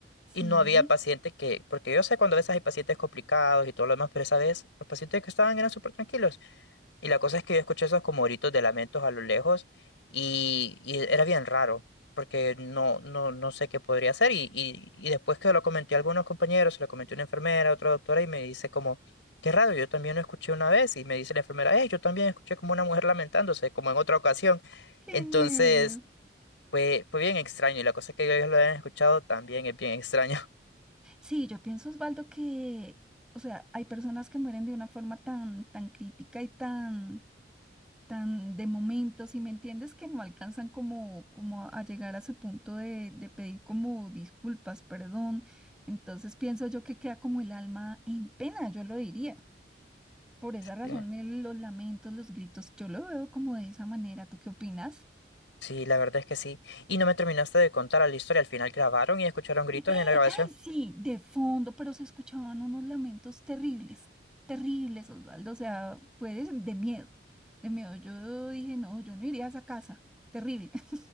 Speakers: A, on the left (about 85°); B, in the centre.
A: Y
B: Sí,
A: no había pacientes que, porque yo sé cuando a veces hay pacientes complicados y todo lo demás, pero esa vez los pacientes que estaban eran súper tranquilos. Y la cosa es que yo escuché esos como gritos de lamentos a lo lejos y, y era bien raro, porque no, no, no sé qué podría ser. Y, y, y después que lo comenté a algunos compañeros, se lo comenté a una enfermera, a otra doctora, y me dice como, qué raro, yo también lo escuché una vez. Y me dice la enfermera, eh, yo también escuché como una mujer lamentándose, como en otra ocasión.
B: qué
A: Entonces,
B: nervios.
A: fue, fue bien extraño. Y la cosa es que ellos lo hayan escuchado también es bien extraño. <laughs>
B: Sí, yo pienso, Osvaldo, que, o sea, hay personas que mueren de una forma tan, tan crítica y tan tan de momento, si me entiendes, que no alcanzan como, como a a llegar a su punto de, de pedir como disculpas, perdón. Entonces pienso yo que queda como el alma en pena, yo lo diría. Por esa
A: Sí,
B: razón, el- los lamentos, los gritos, yo lo veo como de esa manera. ¿Tú qué opinas?
A: Sí, la verdad es que sí. Y no me terminaste de contar la historia. Al final grabaron y escucharon gritos
B: ¡Eh!
A: en la grabación.
B: ¡Ay, sí! De fondo, pero se escuchaban unos lamentos terribles, terribles, Osvaldo. O sea, fue de, de miedo, de miedo. Yo dije, no, yo no iría a esa casa. Terrible. <laughs>